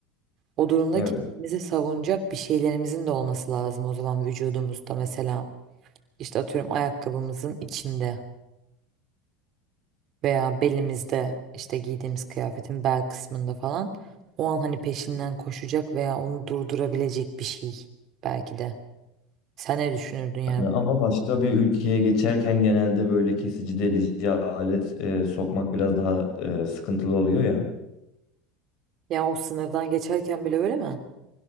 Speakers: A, on the right; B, on the left.
A: O durumda
B: Evet.
A: kendimizi savunacak bir şeylerimizin de olması lazım o zaman vücudumuzda mesela. işte atıyorum ayakkabımızın içinde. veya belimizde işte giydiğimiz kıyafetin bel kısmında falan o an hani peşinden koşacak veya onu durdurabilecek bir şey belki de. Sen ne düşünürdün yani?
B: Yani ama başka bir ülkeye geçerken genelde böyle kesici delici alet e, sokmak biraz daha e, sıkıntılı oluyor ya.
A: Ya o sınırdan geçerken bile öyle mi?